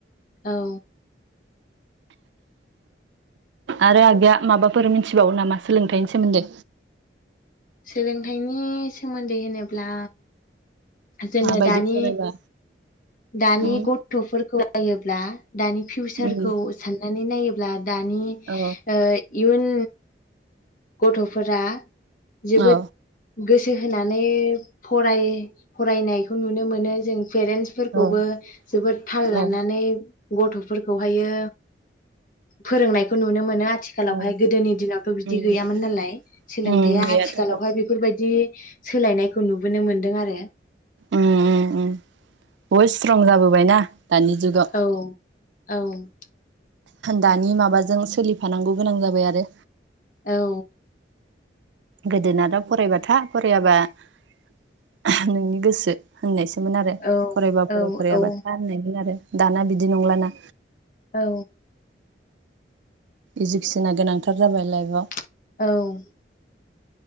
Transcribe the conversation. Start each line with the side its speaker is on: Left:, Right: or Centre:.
Left: औ
Right: आरो आगैया माबाफोर मिथिबावो नामा सोलोंथाइनि सोमोन्दै
Left: सोलोंथाइनि सोमोन्दै होनोब्ला जोङो
Right: माबायदि
Left: दानि
Right: फरायबा
Left: दानि
Right: उम
Left: गथ'फोरखौ नायोब्ला दानि फिउचारखौ
Right: उम
Left: साननानै नायो ब्ला दानि
Right: औ
Left: ओ इयुन गथ'फोरा जोबोद
Right: औ
Left: गोसो होनानै फराय फरायनायखौ नुनो मोनो जों पेरेन्टस फोरखौबो
Right: औ
Left: जोबोद थाल लानानै
Right: औ
Left: गथ'फोरखौ हायो फोरोंनायखौ नुनो मोनो आथिखालाव
Right: उम
Left: हाय गोदोनि दिनावथ बिदि
Right: उम
Left: गैयामोन नालाय सोलोंथायआ
Right: उम गैयाथ'
Left: आथिखालावहाय
Right: आरो
Left: बेफोर बायदि सोलायनायखौ नुबोनो मोनदों आरो
Right: ओम ओम बहद स्ट्रं जाबोबाय ना दानि जुगाव
Left: औ औ
Right: दानि माबाजों सोलिफानांगौ गोनां जाबाय आरो
Left: औ
Right: गोदोनाथ' फरायब था फरायाबा नोंनि गोसो होननाय सो मोन आरो
Left: औ
Right: फरायबा
Left: औ
Right: फराय फरायाबा
Left: औ
Right: था होननायमोन आरो दाना बिदि नंलाना
Left: औ
Right: इजिकेसना गोनांथार जाबाय लाइफआव
Left: औ